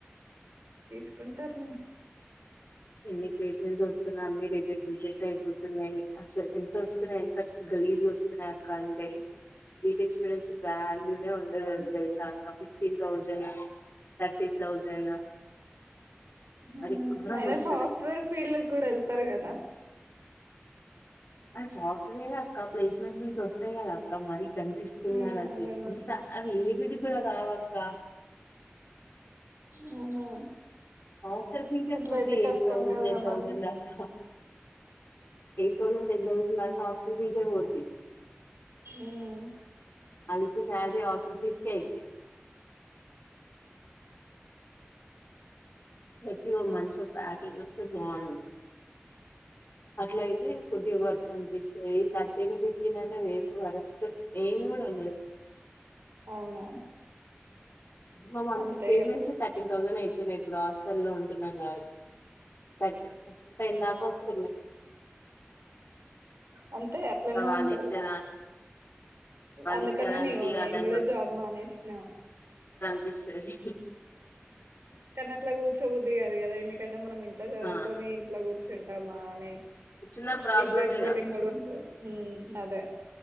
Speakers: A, on the right; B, on the left.
A: తీసుకుంటార్లే.
B: ఎన్ని ప్లేస్ ఓస్తున్నా అన్ని రిజెక్ట్, రిజెక్ట్ అయి. పోతున్నాయి అసలు ఎంత ఓస్తున్నాయి. గలీజ్ గా వస్తున్నాయి అక్క అంటే బీటెక్ స్టూడెస్ కి వాల్యూనే ఉండదు తెలిసా అక్క ఫిఫ్టీన్ థౌజండ్ థర్టీన్ థౌజండ్
A: హుమ్మ్
B: మరి ఘోరంగా వస్తున్నాయి
A: <unintelligible> సాఫ్ట్వేర్ ఫీల్డ్ కి గూడా ఎళ్తారు కదా.
B: ఆ సాఫ్ట్వేరే అక్క, ప్లేస్మెంట్స్ నుంచి వస్తాయి కదా అక్క మరి. కనిపిస్తున్నారు
A: ఉమ్
B: అసలు
A: అదే మరి
B: ఇంత అవి ఇవే. <unintelligible> కావాక్క.
A: అవునా.
B: హాస్టల్ ఫీజే
A: అట్ల
B: పోద్ది
A: అయితే కష్టం
B: ఎయిట్ తౌసండ్,
A: కదరా
B: టెన్ తౌసండ్
A: మరి
B: దాకా. ఎయిట్ తౌసండ్, టెన్ తౌసండ్ దాకా హాస్టల్ ఫిజే పొద్దీ.
A: ఉమ్.
B: ఆలిచ్చే సాలరీ హాస్టల్ ఫీజ్ కే అయ్యిద్ది. గట్టిగా ఒక మంచి ఒక ప్యాకేజ్ వస్తే బాగుండు. అట్లయితే కొద్దిగా వర్త్ అనిపిస్తది. థర్టీన్, ఫిఫ్టీన్ అంటే వేస్ట్ వరస్ట్. ఏమి కూడా ఉండద్.
A: అవునా.
B: మా మంత్లీ
A: అంతే
B: పేమెంట్స్
A: కదా
B: థర్టీన్ థౌసండ్ అయి తున్నా ఇప్పుడు హాస్టల్లో ఉంటున్నాం కాబట్టి బట్టి టైం దాక వస్తుంది
A: అంతే అట్లనే
B: వాళ్ళు
A: ఉంటది
B: ఇచ్చేదాని వాళ్ళు
A: అందుకనే
B: ఇచ్చేదానికి
A: నేను
B: ఇగ దాన్ని
A: గూడా
B: బ
A: జాబ్ మానేసినావు
B: నిపిస్తది
A: కని అట్ల కూర్చోబద్ది కాదు కదా ఎందుకంటే మనం అంత చదువుకని
B: ఆ
A: ఇంట్లొ కూర్చుంటామా అని
B: చిన్న ప్రాబ్లమేగా
A: రిగ్రెడ్ ఫీలింగ్ గూడా ఉంటది